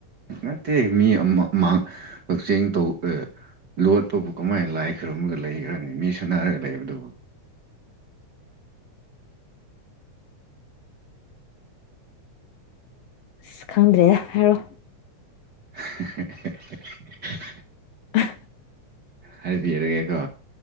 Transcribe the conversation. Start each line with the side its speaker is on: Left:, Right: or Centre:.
Right: ꯅꯠꯇꯦ ꯃꯤ ꯑꯃ ꯃꯥꯡ ꯀꯛꯆꯦꯡ ꯇꯧ ꯑꯦ ꯂꯣꯠꯄꯕꯨ ꯀꯃꯥꯏꯅ ꯂꯥꯏ ꯈꯣꯏꯔꯝꯃꯒ ꯂꯩꯕ꯭ꯔꯅꯦ ꯃꯤ ꯁꯥꯟꯅꯔꯒ ꯂꯩꯕꯗꯨꯕꯨ
Left: ꯑꯁ ꯈꯪꯗ꯭ꯔꯦ ꯍꯥꯏꯔꯣ
Right: <unintelligible>
Left: <unintelligible>
Right: ꯍꯥꯏꯕꯤꯔꯒꯦꯀꯣ